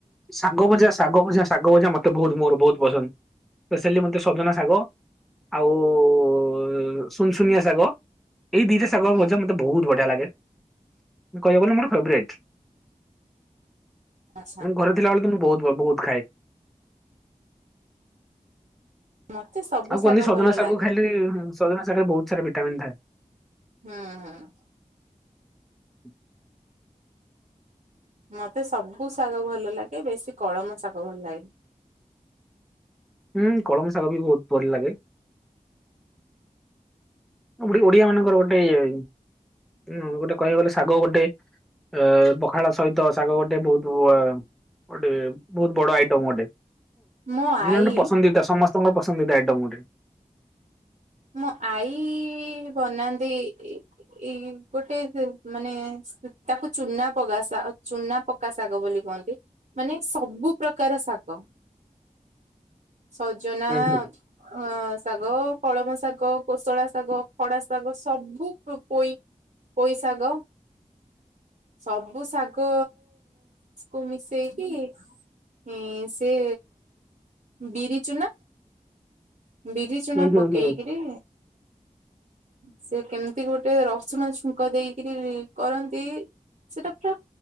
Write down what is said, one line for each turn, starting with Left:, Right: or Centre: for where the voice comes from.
Centre: ଶାଗ ଭଜା ଶାଗ ଭଜା ଶାଗ ଭଜା ମତେ ବହୁତ ମୋର ବହୁତ୍ ପସନ୍ଦ ପେସେଲି ମତେ ସଜନା ଶାଗ ଆଉ ଉ ଉ ଉ ସୁନସୁନିଆ ଶାଗ ଏଇ ଦିଟା ଶାଗର
Right: ହୁଁ
Centre: ଭଜା ମତେ ବହୁତ ବଢିଆ ଲାଗେ। କହିବାକୁ ଗଲେ ମୋର ଫେବ୍ରେଟ୍।
Right: ଆଚ୍ଛା
Centre: ମୁଁ ଘରେ ଥିଲା ବେଳେ ତ ମୁଁ ବହୁତ ଭ ବହୁତ ଖାଏ।
Right: ମତେ ସବୁ
Centre: ଆଉ
Right: ଶାଗ
Centre: କୁହନ୍ତି ସଜନା
Right: ଭଲ
Centre: ଶାଗକୁ
Right: ଲାଗେ।
Centre: ଖାଇଲେ ସଜନା ଶାଗ ରେ ବହୁତ ସାରା ଭିଟାମିନ ଥାଏ।
Right: ହୁଁ ହୁଁ।
Centre: ଉ
Right: ମତେ ସବୁ ଶାଗ ଭଲ ଲାଗେ ବେଶୀ କଳମ ଶାଗ ଭଲ ଲାଗେ।
Centre: <unintelligible> ହୁଁ କଳମ ଶାଗବି ବହୁତ ଭଲ ଲାଗେ। ଓଡ଼ି ଓଡିଆ ମାନଙ୍କର ଗୋଟେ ଉ ଗୋଟେ କହିବାକୁ ଗଲେ ଶାଗ ଗୋଟେ ଏ ପଖାଳ ସହିତ ଶାଗ ଗୋଟେ ବହୁତ ଗୋଟେ ବହୁତ୍ ବଡ଼ ଆଇଟମ ଗୋଟେ।
Right: ମୋ ଆଈ
Centre: ମାନେ ପସନ୍ଦିତା ସମସ୍ତଙ୍କର ପସନ୍ଦିତା ଆଇଟମ ଗୋଟେ।
Right: ମୋ ଆଈ ବନାନ୍ତି। ଏଇ ଗୋଟେ ମାନେ ତାକୁ ଚୁନା ପକା ଶା ଚୁନା ପକା ଶାଗ ବୋଲି କୁହନ୍ତି ମାନେ ସବୁ ପ୍ରକାର ଶାଗ।
Centre: <inaudible>
Right: ସଜନା
Centre: ହୁଁ ହୁଁ
Right: ଅ ଶାଗ କଳମ ଶାଗ କୋଶଳା ଶାଗ। ଖଡ଼ା ଶାଗ ସବୁ ପୋଇ ପୋଇ ଶାଗ। ସବୁ ଶାଗ କୁ ମିଶ ସେଇକି ସେ ବିରି ଚୁନା ବିରି ଚୁନା
Centre: ହୁଁ ହୁଁ
Right: ପକେଇକିରି
Centre: ହୁଁ। <inaudible>
Right: ସେ କେମିତି ଗୋଟେ ରସୁଣ ଛୁଙ୍କ ଦେଇକିରି କରନ୍ତି। ସେଟା ପୁରା